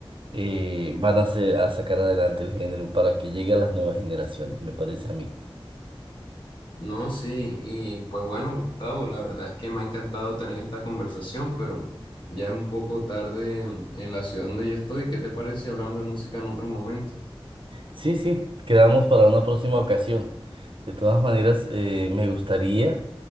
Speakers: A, on the right (about 60°); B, on the left (about 55°).
A: eh, van a, hacer- a sacar adelante el género para que llegue a las nuevas generaciones, me parece a mí.
B: No, sí, y pues bueno, Gustavo, la verdad es que me ha encantado tener esta conversación, pero ya es un poco tarde en, en la ciudad donde yo estoy. ¿Qué te parece si hablamos de música en otro momento?
A: Sí, sí, quedamos para una próxima ocasión. De todas maneras, eh, me gustaría